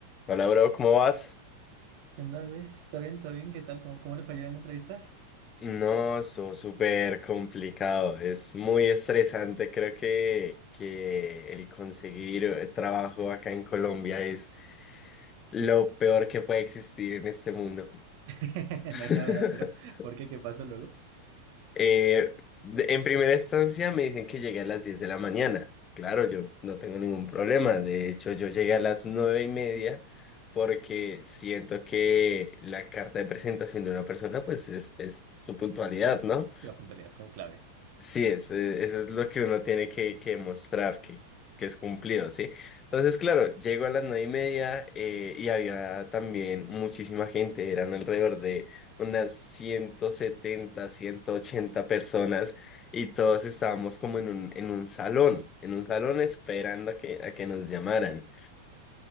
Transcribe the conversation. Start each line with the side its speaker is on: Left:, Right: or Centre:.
Left: Hola, bro, ¿cómo vas?
Right: ¿Qué onda, güey? ¿Está bien? ¿Todo bien? ¿Qué tal? ¿Cómo, cómo le fallaron en la entrevista?
Left: No, estuvo súper complicado, es muy estresante, creo que, que el conseguir eh, trabajo acá en Colombia es lo peor que puede existir en este mundo.
Right: <laughs>
Left: <laughs>
Right: No hay novedad, pero ¿por qué? ¿Qué pasó luego?
Left: Eh, de- en primera instancia me dicen que llegué a las 10 de la mañana, claro, yo no tengo ningún problema, de hecho yo llegué a las 9 y media porque siento que la carta de presentación de una persona pues es, es su puntualidad, ¿no?
Right: Si la puntualidad es como clave.
Left: Sí, es, eh, eso es lo que uno tiene que, que demostrar, que, que es cumplido, ¿sí? Entonces, claro, llego a las nueve y media eh, y había también muchísima gente, eran alrededor de unas ciento setenta, ciento ochenta personas y todos estábamos como en un, en un salón, en un salón esperando a que, a que nos llamaran.